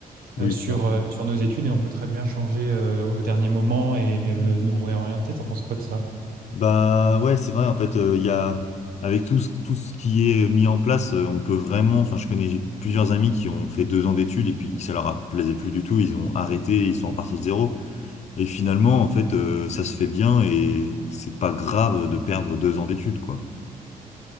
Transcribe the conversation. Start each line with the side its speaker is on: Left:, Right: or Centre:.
Left: Oui.
Right: euh, sur, euh, sur nos études et on peut très bien changer euh, au dernier moment et euh, nous réorienter. T'en penses quoi de ça?
Left: Bah ouais, c'est vrai, en fait, euh, il y a avec tout ce, tout ce qui est mis en place, euh, on peut vraiment, enfin je connais j'ai plusieurs amis qui ont fait deux ans d'études et puis ça leur a plaisait plus du tout, ils ont arrêté, ils sont repartis de zéro. Et finalement, en fait, euh, ça se fait bien et c'est pas grave de perdre deux ans d'études, quoi.